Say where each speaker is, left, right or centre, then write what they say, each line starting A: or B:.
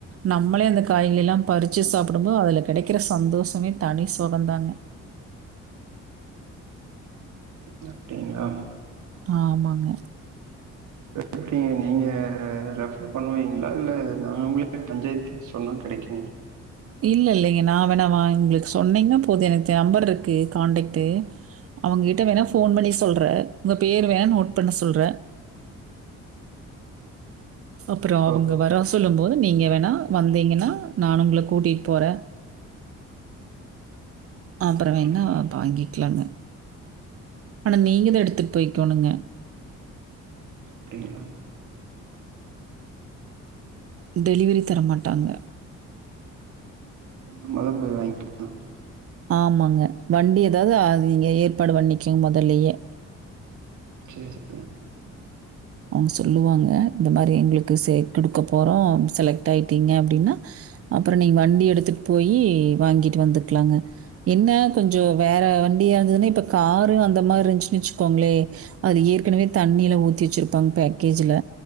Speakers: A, on the right (about 50°); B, on the right (about 75°).
A: நம்மளே அந்த காய்கெல்லா பறிச்சி சாப்புடும்போ அதுல கெடைக்கிற சந்தோஷமே தனி சொகோந்தாங்க
B: ஹு நா ப்டிங்ளா
A: ஆ ஆமாங்க
B: எப்டிங்க நீங்க ரெஃபர் பண்ணுவீங்ளா இல்ல நாம்ளே ஏ கே சொன்னா கெடைக்கு
A: இல்ல இல்லங்க நா வேணா வாங்ளு சொன்னீங்னா போது எனக் தேம்பர் ருக்கு கான்டக்ட்டு அவங் கிட்ட வேணா ஃபோன் பண்ணி சொல்ற உங்க பேரு வேண் நோட் பண்ண சொல்ற அப்புறோ
B: இப்போ
A: அவங்க வரா சொல்லும் போது நீங்கெ வேணா வந்தீங்கன்னா நான் உங்ள கூட்டிட் போற அப்பற
B: அப்டியா
A: வேன்னா அப் வாங்கிக்லாங்க ஆனா நீங்கதா எடுத்துட் போய்க்கோணுங்க
B: அப்டிங்ளா
A: டெலிவரி தர மாட்டாங்க
B: நம்மதா போய் வாய்க்கனுமா
A: ஆமாங்க வண்டி ஏதாது நீங்க ஏற்பாடு பண்ணிக்கங்க மொதல்லையே
B: சரி சரி.
A: அவுங்க சொல்லுவாங்க இந்த மாதிரி எங்களுக்கு செ கொடுக்க போறோ செலக்ட் ஆய்ட்டீங்க அப்டின்னா அப்றோ நீங்க வண்டி எடுத்துட்டு போய்யி வாங்கிட் வந்துக்லாங்க என்ன கொஞ்சோ வேற வண்டியா இருந்துதுன்னே இப்போ காரு அந்த மாரி இருந்துச்சுனு வச்சுக்கோங்ளே அது ஏற்கனவே தண்ணி எல்லா ஊத்தி வச்சிருப்பாங்க பேக்கேஜ்ல